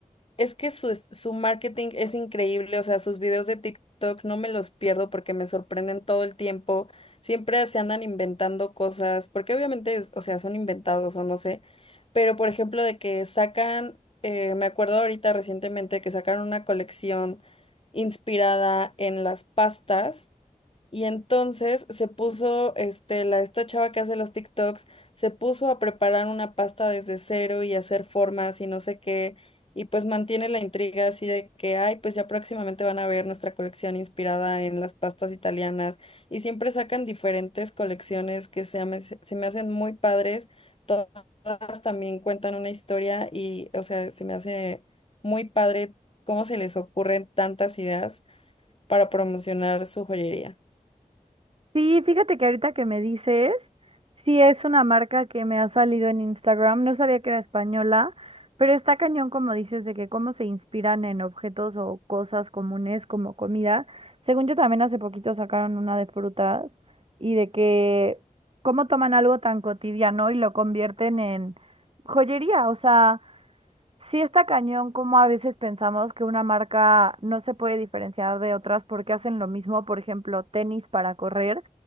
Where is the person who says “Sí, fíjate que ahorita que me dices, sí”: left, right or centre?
Right